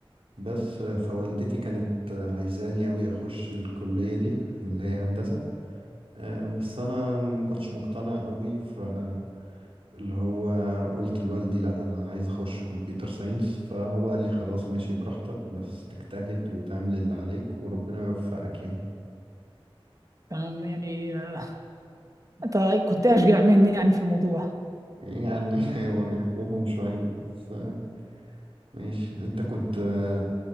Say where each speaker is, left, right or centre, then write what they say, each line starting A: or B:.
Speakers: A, on the right (about 70°); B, on the right (about 35°).
A: بس فوالدتي كانت عايزاني أوي أخش الكلية دي اللي هي هندسة آه، بس أنا ما كنتش مقتنع أوي فاللي هو قلت لوالدي لأ أنا عايز أخش كمبيوتر ساينس فهو قال لي خلاص ماشي براحتك بس تجتهد وتعمل اللي عليك وربنا يوفقك يعني
B: تمام يعني آه، انت كنت اشجع مني يعني في الموضوع
A: يعني <laughs> واجهتهم شوية بس آه، ماشي أنت كنت آه،